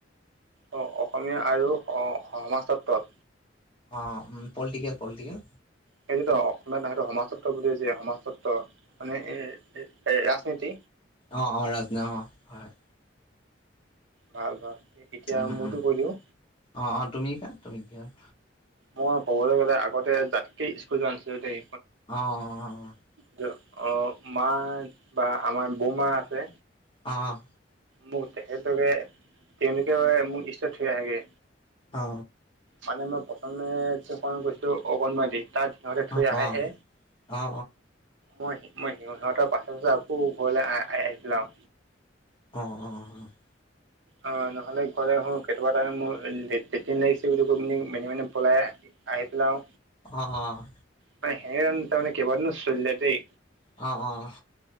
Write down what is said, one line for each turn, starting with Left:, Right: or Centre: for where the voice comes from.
Right: অ অসমীয়া আৰু অ' সমাজত্বত।
Left: অ' উম, পলিটিকেল পলিটিকেল।
Right: সেইটোতো অসমীয়াত নহয়টো সমাজত্ব বুলিয়েই যে সমাজত্ব মানে এ, এ, ৰাজনীতি।
Left: অ', অ' ৰাজন' অ' হয়।
Right: ভাল ভাল। এতিয়া
Left: উম,
Right: মোৰতো
Left: উম,
Right: কৈ দিওঁ
Left: অ', অ' তুমি কা তুমি কিহত
Right: মই ক'বলৈ গ'লে আগতে যাতকে স্কুল যোৱা নাছিলোঁ দেই।
Left: অ', অ', অ'।
Right: দিয়ক। অ' মা বা আমাৰ বৌমা আছে।
Left: অ'।
Right: মোক তেখেতলোকে তেনেকে মোক দিষ্টত থৈ আহেগে।
Left: অ
Right: মানে মই প্ৰথমে জোনটো অগনবাদি তাত সিহঁতে থৈ
Left: অ
Right: আহেহে।
Left: অ অ অ অ অ
Right: মই মই সিহঁতৰ পাছে পাছে আকৌ ঘৰলৈ আ, আ, আহি যাওঁ।
Left: অ', অ', অ'।
Right: অ' নহ'লে তেকিয়াবা টাইমে মোৰ লেট্ৰিন লাগিছে বুলি কৈ পিনে মনে মনে পলাই আহি পেলাওঁ।
Left: অ', অ'।
Right: মানে হেনেকে যেন কেইবা দিনো চলিলে দেই।
Left: অ', অ'।